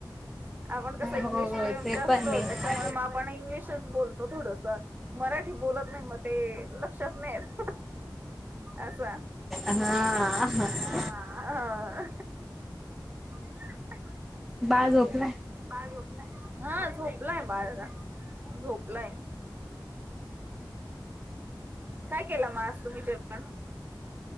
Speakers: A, on the right; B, in the centre.
A: आपण कस
B: हो
A: इंग्लिश मिडियम
B: ते पण
A: असतो
B: आहे
A: त्याच्यामुळे मा इंग्लिशच बोल थोडस मराठी बोलत नाही, मग ते लक्षात नाही येत. अस
B: हा
A: हा. <unintelligible>
B: बाळ झोपलाय
A: बाळ झोपलाय, हा झोपलाय बाळ. झोपलाय काय केला मा आज. तुम्ही जेवण